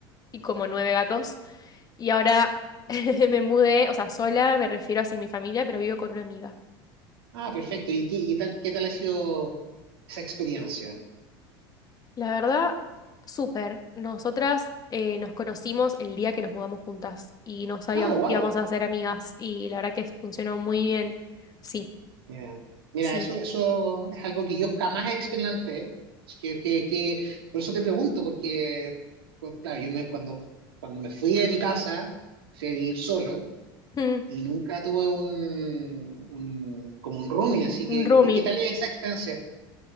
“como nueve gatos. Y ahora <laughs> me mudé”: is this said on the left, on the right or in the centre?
Left